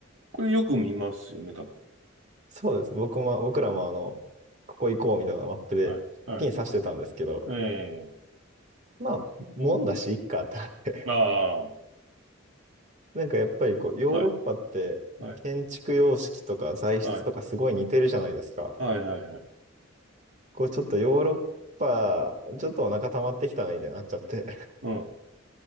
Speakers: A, on the right; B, on the right.
A: これよく見ますよね、多分。
B: そうですね。僕も、僕らもあの、ここ行こうみたいなマップでピン刺してたんですけど、
A: はい。はい。え
B: まあ、門だし、いっかってなって
A: ー、あ
B: なんかやっぱりこう、ヨーロッパって建築様式とか材質とかすごい似てるじゃないですか。
A: あ、はい。はい。はい。はいはいはい。
B: こうちょっとヨーロッパ、ちょっとお腹溜まってきたねみたいになっちゃって。
A: うん。